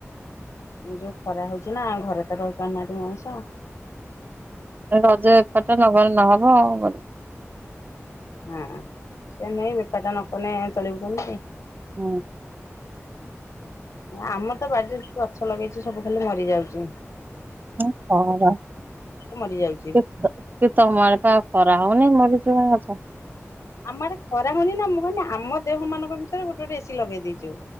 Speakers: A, on the left; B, on the right.
A: ଏ ଯୋଉ ଖରା ହଉଛି ନା ଘରେ ତ ରହିପାରୁନାହାଁନ୍ତି ମଣିଷ।
B: ଖାଲି ରଜ ଏପଟେ ନଗଲେ ନହବ। <unintelligible>
A: ହଁ ସେ ନେଇ ବେପାର ଟା ନକଲେ ଚଳିବୁ କେମିତି।
B: ହୁଁ।
A: ଆମର ତ ବାଡିରେ ଗଛ ଲଗେଇଛୁ ସବୁ ଖାଲି ମରି ଯାଉଛି।
B: <unintelligible>
A: ମରିଯାଉଛି।
B: କି ତମ ଆଡେ ପା ଖରା। <unintelligible>
A: ଆମ ଆଡେ ଖରା ହଉନି ନା ମୁଁ କହିଲି ଆମ ଦେହ ମାନଙ୍କ ଭିତରେ ଗୋଟେ ଗୋଟେ ଏସିି ଲଗେଇ ଦେଇଛୁ।